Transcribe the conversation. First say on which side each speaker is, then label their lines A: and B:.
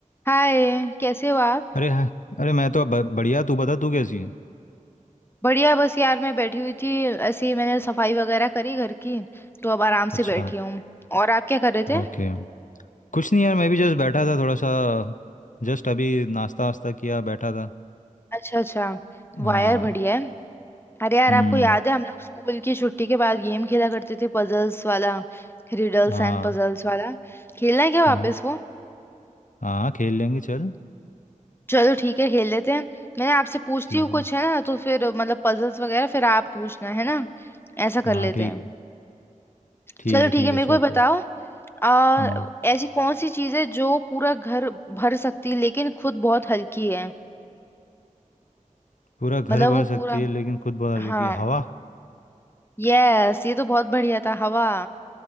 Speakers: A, on the left; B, on the left.
A: हाय कैसे हो आप
B: अरे हाँ अरे मैं तो ब, बढ़िया तू बता तू कैसी है
A: बढ़िया बस यार मैं बैठी हुई थी ऐसे ही मैंने सफाई वगैरह करी घर की तो अब आराम
B: अच्छा
A: से बैठी हूँ और आप क्या कर रहे थे
B: ओके कुछ नहीं यार मैं भी जस्ट बैठा था थोड़ा सा जस्ट अभी नाश्ता वास्ता किया बैठा था
A: अच्छा अच्छा
B: हाँ
A: वायर बढ़िया है अरे यार
B: हम्म
A: आपको याद है हम लोग स्कूल की छुट्टी के बाद गेम खेला करते थे पजल्स वाला रिडल्स
B: हाँ
A: एंड पजल्स वाला खेलना है क्या वापस
B: हाँ
A: वो
B: हाँ खेल लेंगे चल
A: चलो ठीक है खेल लेते हैं मैं आपसे पूछती
B: ठीक
A: हूँ कुछ
B: है
A: है ना तो फिर मतलब पजल्स वगैरह फिर आप पूछना है ना ऐसा
B: हाँ
A: कर लेते
B: ठीक
A: हैं
B: है ठीक
A: चलो
B: है
A: ठीक
B: ठीक
A: है मेरे
B: है चल
A: को भी बताओ
B: फिर
A: आ,
B: हम्म
A: ऐसी कौन सी चीज है जो पूरा घर भर सकती है लेकिन खुद बहुत हल्की है
B: पूरा घर
A: मतलब
B: भर
A: वो पूरा
B: सकती है लेकिन खुद बहुत हल्की
A: हाँ
B: है। हवा
A: यस ये तो बहुत बढ़िया था हवा